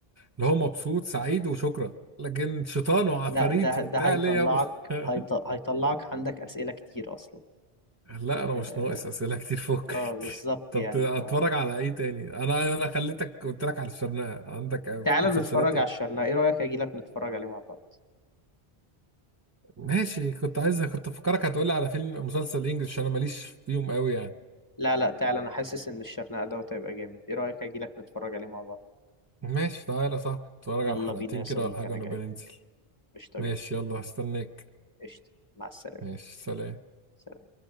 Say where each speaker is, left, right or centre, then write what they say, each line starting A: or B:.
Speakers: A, on the right; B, on the left.
A: اللي هو مبسوط سعيد وشكرا لكن شيطان وعفاريت
B: لا ده
A: وبتاع
B: ده هيطلعك
A: ليه يابا <laughs>
B: هيض- هيطلعك عندك أسئلة كتير اصلا
A: لا انا
B: اه,
A: مش ناقص اسئله كتير فكك
B: آه بالظبط
A: طب
B: يعني
A: اتفرج
B: ف
A: على ايه تاني انا انا خليتك قلت لك على الشرنقه عندك
B: تعال
A: مسلسلات
B: نتفرج
A: إيه؟
B: على الشرنقة ايه رأيك اجيلك نتفرج عليه مع بعض
A: ماشي كنت عايزها كنت فكرك هتقولي على فيلم مسلسل انجلش عشان انا ماليش فيهم قوي يعني
B: لا لا تعال انا حاسس ان الشرنقة دوت هيبقى جامد ايه رأيك اجيلك نتفرج عليه مع بعض
A: ماشي تعالى يا صاحبي اتفرج
B: يلا
A: على حلقتين
B: بينا يا صديقي
A: كده ولا حاجة
B: انا
A: ونبقى
B: جاي
A: ننزل
B: قشطة
A: ماشي
B: جدا
A: يلا هستناك
B: قشطة مع السلامة
A: ماشي سلام
B: سلام